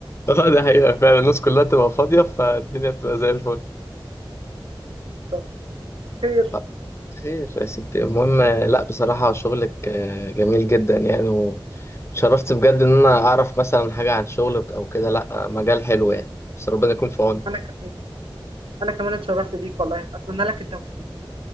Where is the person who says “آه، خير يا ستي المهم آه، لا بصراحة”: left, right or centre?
Left